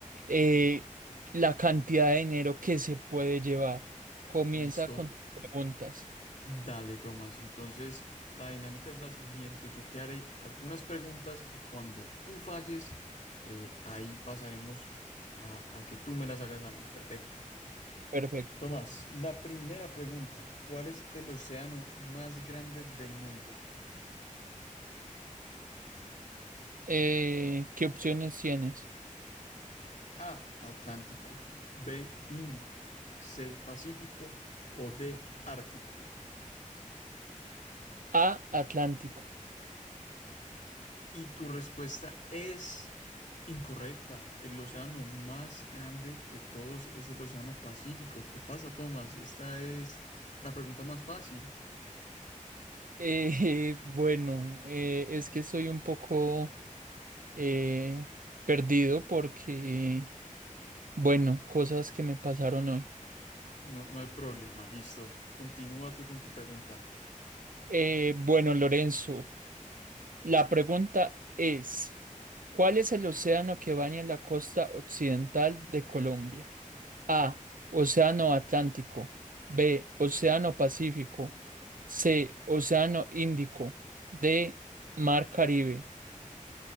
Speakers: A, on the right (about 80°); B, on the left (about 60°).
A: eh, la cantidad de dinero que se puede llevar. Comienza
B: Listo,
A: con tus preguntas.
B: dale Tomás. Entonces, la dinámica es la siguiente. Yo te haré algunas preguntas y cuando tú falles, eh, ahí pasaremos a a que tú me las hagas a mí. Perfecto.
A: Perfecto.
B: Tomás, la primera pregunta, ¿cuál es el océano más grande del mundo?
A: Eh, ¿qué opciones tienes?
B: A, Atlántico, B, Índico, C, Pacífico o D, Ártico.
A: A, Atlántico.
B: Y tu respuesta es incorrecta. El océano más grande de todos es el océano Pacífico. ¿Qué pasa, Tomás? Esta es la pregunta más fácil.
A: Eh, <laughs> bueno, eh, es que soy un poco eh, perdido porque, bueno, cosas que me pasaron hoy.
B: No, no hay problema, listo. Continúa tú con tu pregunta.
A: Eh, bueno, Lorenzo, la pregunta es, ¿cuál es el océano que baña la costa occidental de Colombia? A, Océano Atlántico, B, Océano Pacífico, C, Océano Índico, D, Mar Caribe.